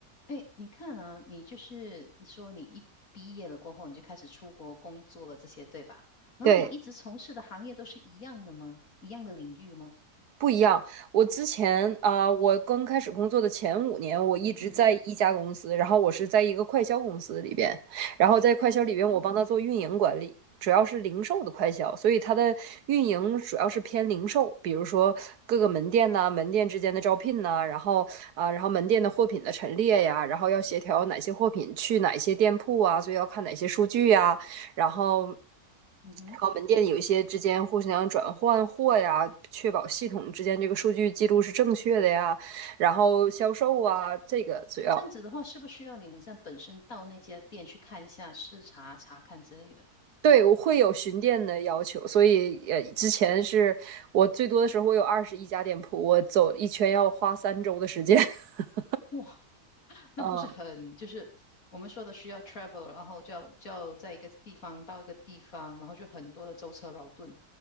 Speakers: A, on the left; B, on the right.
A: 哎，你看啊，你就是你说你一毕业了过后，你就开始出国工作了，这些对吧？然后你一直从事的行业都是一样的吗？
B: 对，
A: 一样的领域吗？
B: 不一样。我之前啊、呃我刚开始工作的前五年，我一直在一家公司，
A: 嗯哼，
B: 然后我是在一个快销公司里边，然后在快销里边，
A: 嗯哼，
B: 我帮他做运营管理，主要是零售的快销，所以它的运营主要是偏零售，比如说各个门店呐、门店之间的招聘呐、然后啊、然后门店的货品的陈列呀，然后要协调哪些货品去哪些店铺啊，所以要看哪些数据呀，然后，然
A: 嗯哼，
B: 后门店有一些之间互相转换货呀，确保系统之间这个数据记录是正确的呀，然后销售啊，这个主要。
A: 这样子的话，是不是需要你好像本身到那家店去看一下、视察、查看之类的？
B: 对，我会有巡店的要求，所以呃，之前是我最多的时候，我有二十一家店铺，我走一圈要花三周的时间。<laughs>
A: 哇，那不是很就是我们说的需要
B: 嗯，
A: travel，然后就要就要在一个地方到一个地方，然后就很多的舟车劳顿。